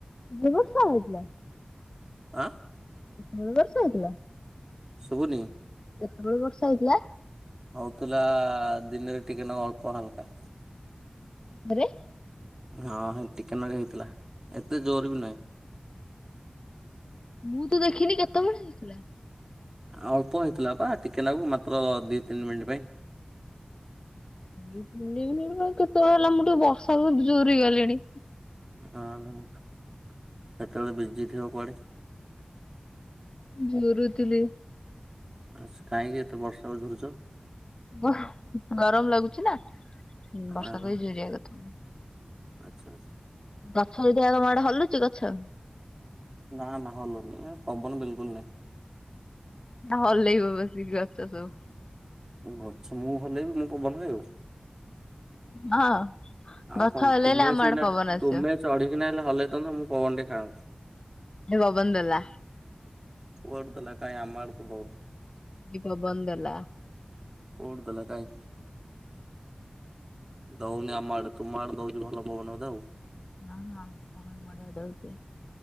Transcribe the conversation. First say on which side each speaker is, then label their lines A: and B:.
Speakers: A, on the left (about 45°); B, on the right (about 30°).
A: ବ୍ୟବସ୍ଥା ହେଇଥିଲା।
B: ଆଁ।
A: <unintelligible> ବର୍ଷା ହେଇଥିଲା।
B: ଶୁଭୁନି।
A: <unintelligible> ବର୍ଷା ହେଇଥିଲା।
B: ହଉଥିଲା ଦିନରେ ଟିକେ ନାକୁ ଅଳ୍ପ ହାଲକା।
A: ଆରେ।
B: ହଁ ହେନ୍ତି ଟିକେ ନାକୁ ହେଇଥିଲା ଏତେ ଜୋର ବି ନାଇ।
A: ମୁଁ ତ ଦେଖିନି କେତେବେଳେ ହେଇଥିଲା।
B: ଅଳ୍ପ ହେଇଥିଲା ପା ଟିକେ ନାକୁ ମାତ୍ର ଦି ତିନି ମିନିଟ୍ ପାଇଁ।
A: ଦି ତିନି ମିନିଟ ପାଇଁ କେତେବେଳେ ହେଲା ମୁଁ ଟିକେ ବର୍ଷାକୁ ଯୁରି ଗଲିଣି।
B: ଓ ହଁ କେତେବେଳେ ବିଜି ଥିବ କୁଆଡେ।
A: ଝୁରୁଥିଲି।
B: ଆଚ୍ଛା କାହିଁକି ଏତେ ବର୍ଷାକୁ ଝୁରୁଚ।
A: ଗର ଗରମ ଲାଗୁଛି ନା
B: ଅ
A: ବର୍ଷାକୁ
B: ହଁ
A: ହି ଝୁରିଆ କଥା।
B: ଆଚ୍ଛା ଆଚ୍ଛା।
A: ଗଛ ଯଦି ଆଉ ତମ ଆଡେ ହଲୁଛି ଗଛ।
B: ନା ନା ହଲୁନି ପବନ ବିଲକୁଲ ନାଇ।
A: ହଲେଇବ ବସିକି ଗଛ ସବୁ।
B: ଗଛ ମୁଁ ହଲେଇ ବି ମୁଁ ପବନ ରେ ଆଉ।
A: ହଁ।
B: ଆଉ
A: ଗଛ
B: କଣ
A: ହଲେଇଲେ
B: ତୁମେ
A: ଆମ
B: ସିନା
A: ଆଡେ ପବନ ଆସିବ।
B: ତୁମେ ଚଢିକିନା ହେଲେ ହଲେଇ ଦଉନ ମୁଁ ପବନ ଟେ ଖାଆନ୍ତି।
A: ଏ ପବନ ଦେଲା।
B: କୁଆଡ଼େ ଦେଲା କାଇଁ ଆମ ଆଡ଼େ ତ ଦଉନି।
A: ଏବେ ପବନ ଦେଲା।
B: କୋଉଠୁ ଦେଲା କାଇଁ? ଦଉନି ଆମ ଆଡେ ତୁମ ଆଡେ ଦଉଛି ଭଲ ପବନ ବୋଧେ ଆଉ।
A: ହଁ ହଁ ପବନ ବଢିଆ ଦଉଛି